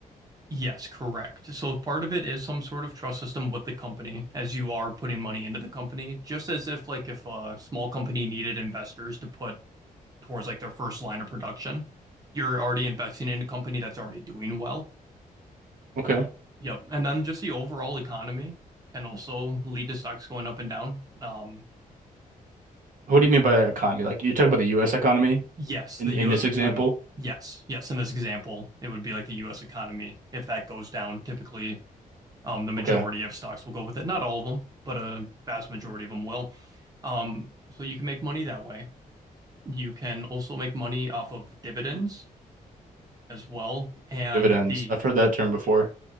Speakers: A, on the right; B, on the right.
A: Yes, correct. So part of it is some sort of trust system with the company as you are putting money into the company, just as if like if a small company needed investors to put towards like their first line of production, you're already investing in a company that's already doing well.
B: Okay.
A: Yep. And then just the overall economy can also lead to stocks going up and down. Um,
B: What do you mean by economy? Like you talk about the US economy?
A: yes,
B: In
A: the
B: in
A: US
B: this
A: economy.
B: example,
A: Yes, yes. In this example, it would be like the US economy. If that goes down, typically Um, the majority
B: okay,
A: of stocks will go with it. Not all of them, but a vast majority of them will. Um, so you can make money that way. You can also make money off of dividends as well. And
B: dividends.
A: the,
B: I've heard that term before.